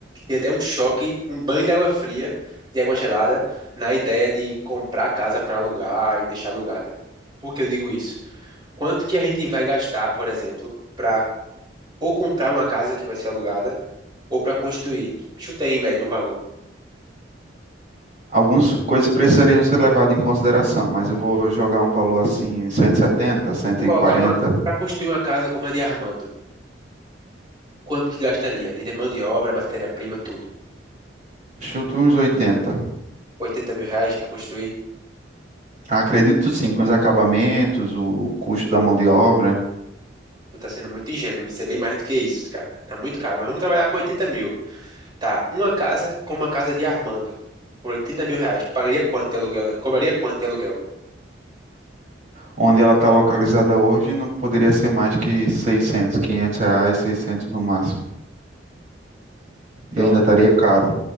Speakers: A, on the right (about 25°); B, on the right (about 40°).
A: ter até um choque, um banho de água fria, de água gelada, na ideia de comprar casa para alugar e deixar alugada. Por que eu digo isso? Quanto que a gente vai gastar, por exemplo, para ou comprar uma casa que vai ser alugada, ou para construir? Chuta aí, em média, um valor.
B: Algumas coisas precisariam ser levadas em consideração, mas eu vou jogar um valor assim, 170,
A: Vamos,
B: 140,
A: vamos colocar uma. Para construir uma casa como a de Armando. Quanto que gastaria? Em mão de obra, matéria-prima, tudo.
B: chuto uns 80.
A: 80 mil reais pra construir?
B: Acredito sim, com os acabamentos, o o custo da mão de obra,
A: Tu tá sendo muito ingênuo, isso é bem mais do que isso, cara. Tá tá muito caro, mas vamos trabalhar com 80 mil. Tá, uma casa com uma casa de Armando. Por 80 mil reais, tu pagaria quanto de aluguel nela? Cobraria quanto de aluguel?
B: onde ela está localizada hoje, não poderia ser mais que 600, 500 reais, 600 no máximo.
A: Então,
B: E ainda estaria caro.